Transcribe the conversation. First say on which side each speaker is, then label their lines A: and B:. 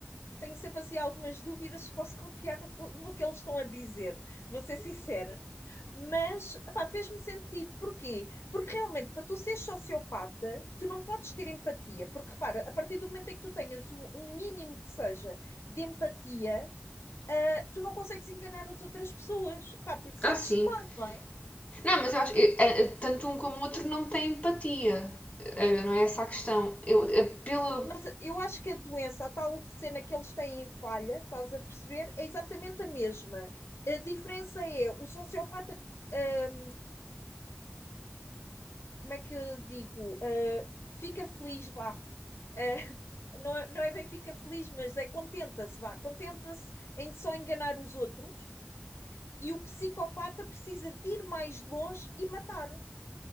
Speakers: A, on the left (about 80°); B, on the left (about 35°).
A: tenho sempre assim algumas dúvidas se posso confiar no, que- no que eles estão a dizer. Vou ser sincera. Mas, epá, fez-me sentido. Porquê? Porque realmente, para tu seres sociopata, tu não podes ter empatia. Porque, repara, a partir do momento em que tu tenhas o, um mínimo que seja de empatia, ah, tu não consegues enganar as outras pessoas. Pá, porque sentes-te
B: Ah, sim.
A: mal, não é?
B: Não, mas eu acho. eu- eh, eh, tanto um como o outro não têm empatia. Eh, eh, Não é essa a questão. Eu, eh, pela.
A: Mas eu acho que a doença, a tal cena que eles têm em falha, estás a perceber, é exatamente a mesma. A diferença é o sociopata hum, como é que eu digo? Uh, fica feliz, vá. Uh, <laughs> não, é, não é bem fica feliz, mas é contenta-se, vá. Contenta-se em só enganar os outros e o psicopata precisa de ir mais longe e matar-o.